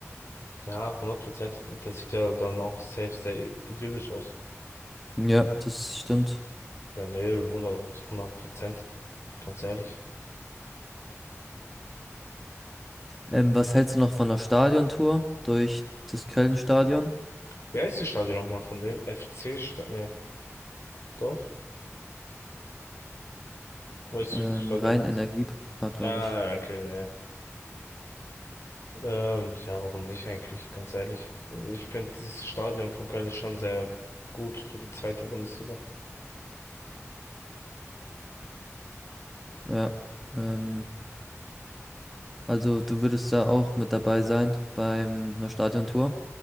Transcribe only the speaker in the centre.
Ja, das stimmt.
Ähm, was hältst du noch von einer Stadiontour durch das Köln-Stadion?
Ähm,
rein
Energiepark, glaube
ich.
Ja. Ähm, also du würdest da auch mit dabei sein beim einer Stadiontour.